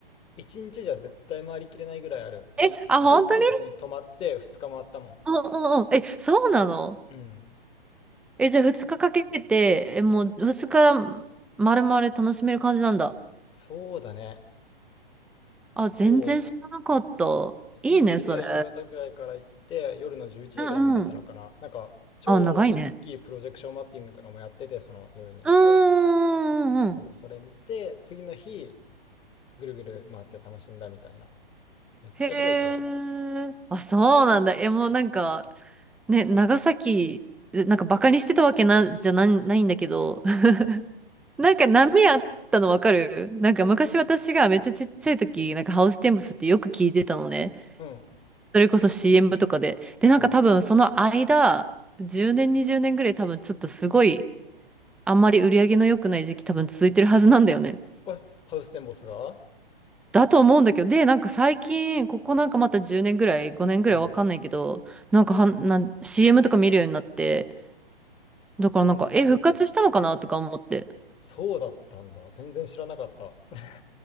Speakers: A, on the left; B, in the centre.
A: 一日じゃ絶対回りきれないぐらいある。俺、
B: え、あ、
A: ハウステンボスに泊まって二日回ったもん。
B: 本当にうんうんうん。え、そうなの
A: うん。
B: え、じゃあ2日かかけて、え、もう2日丸々楽しめる感じなんだ。
A: そうだね。
B: あ、全然知らなかった。
A: そう。一日目は夕方ぐらいから行って、
B: いいね、それ。
A: 夜の11時ぐらいまで行ったのかな。
B: うんうん。
A: なんか、超大きいプロジェクションマッピングとかもやってて、
B: あ、長いね。
A: その夜に。
B: うんうんうんうん。
A: そう、それ見て、次の日、ぐるぐる回って楽しんだみたいな。めっちゃ広いから。
B: へえ。あ、そうなんだ。え、もうなんか、ね、長崎、なんかバカにしてたわけな、じゃない、ないんだけど、<laughs> なんか波あったのわかるなんか昔私がめっちゃちっちゃい時、なんかハウステンボスってよく聞いてたのね。
A: うん。
B: それこそ CM とかで。で、なんか多分その間、
A: うん。
B: 10年、20年ぐらい多分ちょっとすごい、あんまり売り上げの良くない時期多分続いてるはずなんだよね。
A: おい、ハウステンボスが
B: だと思うんだけど、で、なんか最近、ここなんかまた10年ぐらい、5年ぐらいわかんないけど、
A: うん。
B: なんかはん、なん CM とか見るようになって、だからなんか、
A: え
B: え、復活したのかなとか思って。
A: そうだったんだ。全然知らなかった。<laughs>